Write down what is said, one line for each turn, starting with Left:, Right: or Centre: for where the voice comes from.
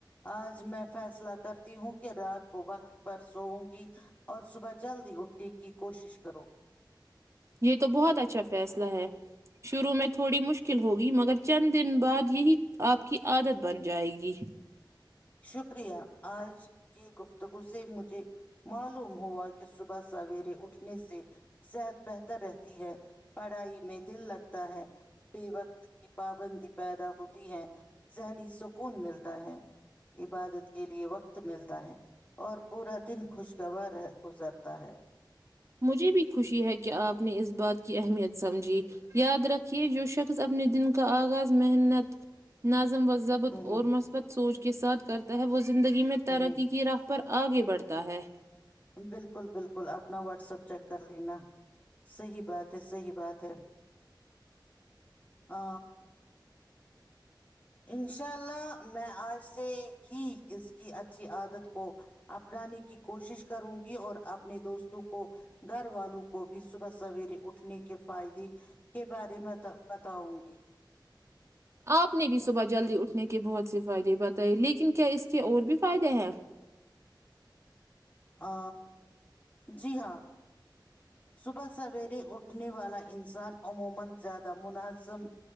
Left: آج میں فیصلہ کرتی ہوں کہ رات کو وقت پر سووں گی اور صبح جلدی اٹٹی کی کوشش کروں گی
Right: یہ تو بہت اچھا فیصلہ ہے شروع میں تھوڑی مشکل ہوگی مگر چند دن بعد یہی آپ کی عادت بن جائے گی
Left: شکریہ آج کی گفتگو سے مجھے معلوم ہوا کہ صبح سویرے اٹھنے سے صحت بہتر رہتی ہے پڑھائی میں دل لگتا ہے بے وقت کی پابندی پیدا ہوتی ہے ذہنی سکون ملتا ہے عبادت کے لیئے وقت ملتا ہے اور پورا دن خوشگوار گزرتا ہے
Right: مجھے بھی خوشی ہے کہ آپ نے اس بات کی اہمیت سمجھی یاد رکھیے جو شخص اپنے دن کا آغاز محنت ن و ضبط
Left: ہ
Right: اورورمث
Left: ہ
Right: پت سوچ کے ساتھ کرتا ہے وہ زندگی میں ترقی
Left: ہ ہ
Right: کی راہ پر آگے بڑھتا ہے
Left: بالکل بالکل بکل اپنا واٹسپ چیک کر لینا صحیح بات ہے صحیح بات ہے آ انشاء اللہ میں آج سے ہی اس کی اچھی عادت کو اپنانے کی کوشش کروں گی اور اپنے دوستوں کو گھر والوں کو بھی صبح سویرے اٹھنے کے فائدے کے بارے میں بتاؤں گی
Right: آپ نے بھی صبح جلدی اٹھنے کے بہت سے فائدے بتائے لیکن کیا اس کے اور بھی فائدے ہیں
Left: ہ جی ہاں سب سوری اٹھنے والا انسان عموما زیادہ منظم